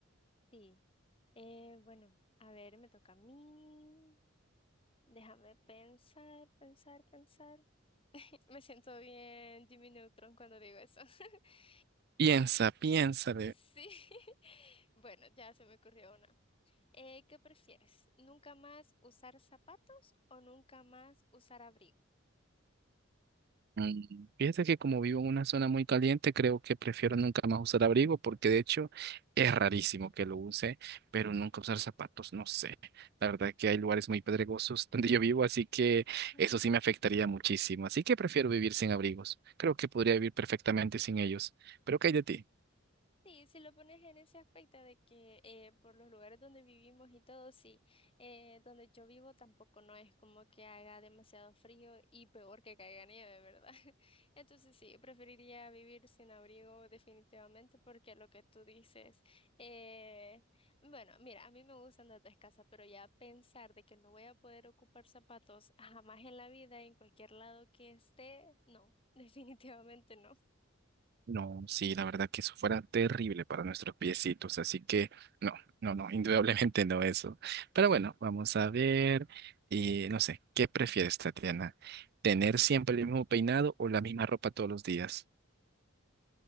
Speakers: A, on the left (about 25°); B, on the right (about 50°).
A: Sí, eh, bueno, a ver, me toca a mí. Déjame pensar, pensar, pensar. Me siento bien Jimmy Neutron cuando digo eso. <laughs>
B: Piensa, piensa,
A: Sí. <laughs> Bueno, ya se me ocurrió una. Eh, ¿qué prefieres? ¿Nunca más usar zapatos o nunca más usar abrigo?
B: Mm, Fíjate que como vivo en una zona muy caliente, creo que prefiero nunca más usar abrigo porque de hecho es rarísimo que lo use, pero nunca usar zapatos, no sé. La verdad que hay lugares muy pedregosos <laughs> donde yo vivo, así que
A: <laughs>
B: eso sí me afectaría muchísimo. Así que prefiero vivir sin abrigos. Creo que podría vivir perfectamente sin ellos. Pero ¿qué hay de ti?
A: Sí, si lo pones en ese aspecto de que eh, por los lugares donde vivimos y todo, sí, eh, donde yo vivo tampoco no es como que haga demasiado frío y peor que caiga nieve, ¿verdad? <laughs> Entonces sí, preferiría vivir sin abrigo definitivamente porque lo que tú dices, eh, bueno, mira, a mí me gusta andar descalza, pero ya pensar de que no voy a poder ocupar zapatos jamás en la vida, en cualquier lado que esté, no, <laughs> definitivamente no.
B: No, sí, la verdad que eso fuera terrible para nuestros piecitos, así que no, no, no, <laughs> indudablemente no eso.
A: Sí.
B: Pero bueno, vamos a ver, y no sé, ¿qué prefieres, Tatiana? ¿Tener siempre el mismo peinado o la misma ropa todos los días?